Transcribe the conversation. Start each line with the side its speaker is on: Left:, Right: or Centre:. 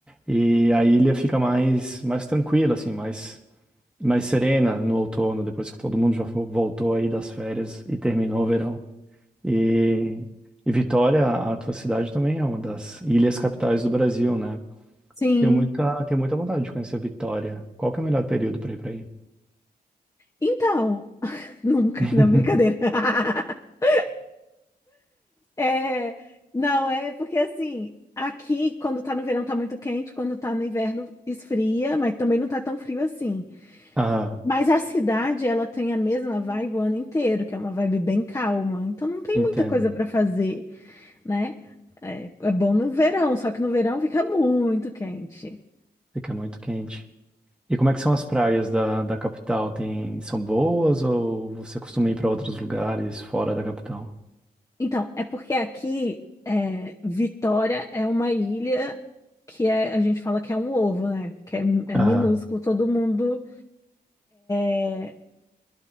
Centre: E a ilha fica mais, mais tranquila, assim, mais, mais serena no outono, depois que todo mundo já fo- voltou aí das férias e terminou o verão. E, e Vitória, a tua cidade também é uma das ilhas capitais do Brasil, né?
Left: Sim.
Centre: Tenho muita, tenho muita vontade de conhecer Vitória. Qual que é o melhor período para ir para aí?
Left: Então, <laughs> nunca,
Centre: <laughs>
Left: não, brincadeira. <laughs> É, não, é porque assim, aqui quando tá no verão tá muito quente, quando tá no inverno esfria, mas também não tá tão frio assim.
Centre: Aham.
Left: Mas a cidade, ela tem a mesma vibe o ano inteiro, que é uma vibe bem calma. Então não tem
Centre: Entendo.
Left: muita coisa para fazer, né? É, é bom no verão, só que no verão fica muito quente.
Centre: Fica muito quente. E como é que são as praias da, da capital? Tem, são boas ou você costuma ir para outros lugares fora da capital?
Left: Então, é porque aqui, é, Vitória é uma ilha que é, a gente fala que é um ovo, né? Que é, é minúsculo,
Centre: Aham.
Left: todo mundo, é,